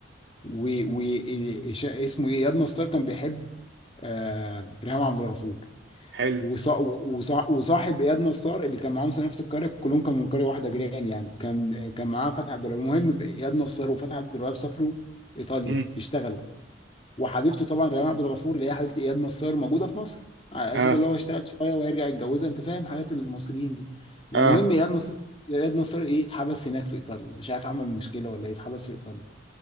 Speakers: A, on the left; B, on the right.
A: و... و... إيش- اسمه ايه اياد نصار كان بيحب آه... ريهام عبد الغفور
B: حلو
A: وصا- وصا- وصاحب اياد نصار اللي كان معاهم في نفس القريه كلهم كانوا من قريه واحده جيران يعني كان كان معاه فتحي عبد الوهاب المهم اياد نصار وفتحي عبد الوهاب سافروا ايطاليا
B: امم
A: يشتغلوا وحبيبته طبعا ريان عبد الغفور اللي هي حبيبه اياد نصار موجوده في مصر على اساس
B: اه
A: اللي هو اشتغل شويه وهيرجع يتجوزها انت فاهم حياه المصريين دي المهم
B: اه
A: اياد نصار اياد نصار ايه اتحبس هناك في ايطاليا مش عارف عمل مشكله ولا ايه اتحبس في ايطاليا